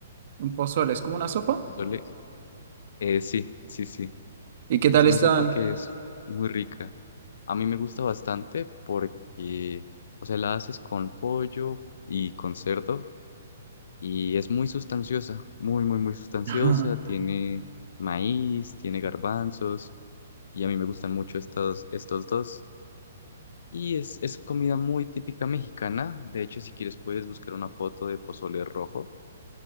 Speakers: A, on the right (about 55°); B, on the left (about 65°).
A: un pozole, es como una sopa.
B: ¿Es un pozole? Eh, sí, sí, sí.
A: ¿Y qué tal
B: Es una
A: están?
B: sopa que es muy rica. A mí me gusta bastante porque, o sea, la haces con pollo y con cerdo. y es muy sustanciosa, muy, muy, muy sustanciosa.
A: <laughs>
B: Tiene maíz, tiene garbanzos y a mí me gustan mucho estos, estos dos. Y es, es comida muy típica mexicana. De hecho, si quieres puedes buscar una foto de pozole rojo